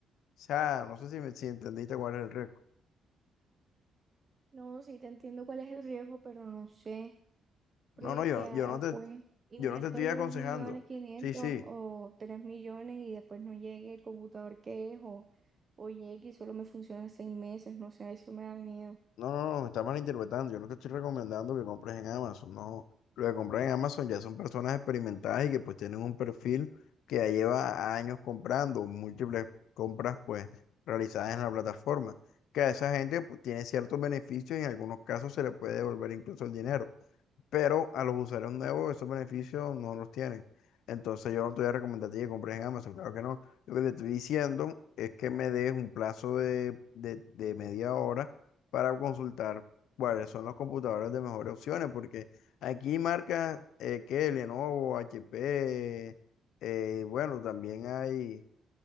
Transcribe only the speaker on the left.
O sea, no sé si, me- si entendiste cuál es el riesgo.
No, no, yo,
yo no te,
yo no te estoy
aconsejando.
Sí, sí.
No, no, no, me está malinterpretando. Yo no te estoy recomendando que compres en Amazon, no. no. Lo que compras en Amazon ya son personas experimentadas y que pues tienen un perfil que ya lleva años comprando, múltiples compras pues realizadas en la plataforma. Que a esa gente pues tiene ciertos beneficios y en algunos casos se le puede devolver incluso el dinero pero a los usuarios nuevos esos beneficios no los tienen. Entonces yo no te voy a recomendar a ti que compres en Amazon, claro que no. Lo que te estoy diciendo es que me des un plazo de, de, de media hora para consultar cuáles son los computadores de mejores opciones, porque aquí marcas eh, que Lenovo, HP, eh, bueno, también hay,